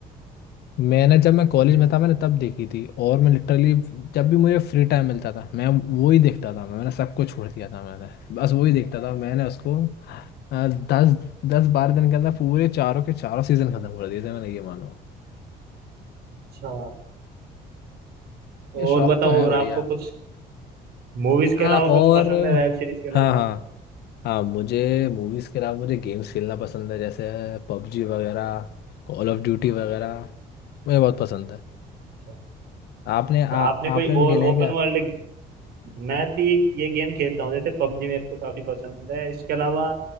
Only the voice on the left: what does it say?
मैंने जब मैं कॉलेज
में था मैंने तब देखी थी और मैं लिटरली जब भी मुझे फ्री टाइम मिलता था मैं वो ही देखता था मैंने सब कुछ छोड़ दिया था मैंने बस वो ही देखता था मैंने उसको अ, दस दस बारह दिन के अंदर पूरे चारों के चारों सीजन खत्म कर दिए थे मैंने ये मानो
ये
शौक
तो है
बढ़िया
आ,
और
हाँ हाँ हाँ मुझे मूवीज के अलावा मुझे गेम्स खेलना पसंद है जैसे पबजी वगैरह कॉल ऑफ ड्यूटी वगैरह मुझे बहुत पसंद है
आपने आ,
आपने
भी खेले हैं